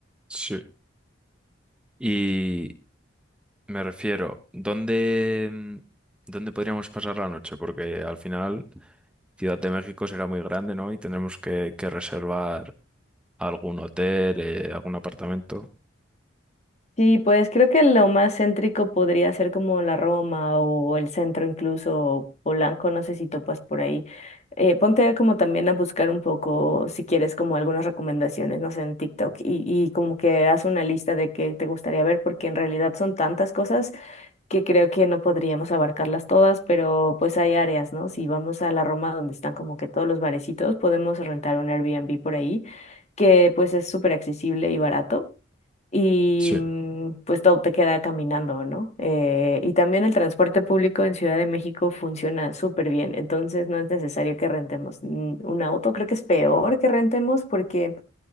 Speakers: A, in the centre; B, on the left.
A: Sí. y Me refiero, ¿dónde, mm, dónde podríamos pasar la noche? Porque al final Ciudad de México será muy grande, ¿no? Y tendremos que, que reservar algún hotel, eh, algún apartamento.
B: Sí, pues creo que lo más céntrico podría ser como la Roma o el centro incluso, o Polanco, no sé si topas por ahí. Eh, ponte como también a buscar un poco, si quieres, como algunas recomendaciones, no sé, en TikTok y, y como que haz una lista de qué te gustaría ver, porque en realidad son tantas cosas que creo que no podríamos abarcarlas todas, pero pues hay áreas, ¿no? Si vamos a la Roma donde están como que todos los barecitos, podemos rentar un Airbnb por ahí, que pues es súper accesible y barato. Y
A: Sí,
B: mm, pues todo te queda caminando, ¿no? Eh, y también el transporte público en Ciudad de México funciona súper bien, entonces no es necesario que rentemos mm, un auto, creo que es peor que rentemos porque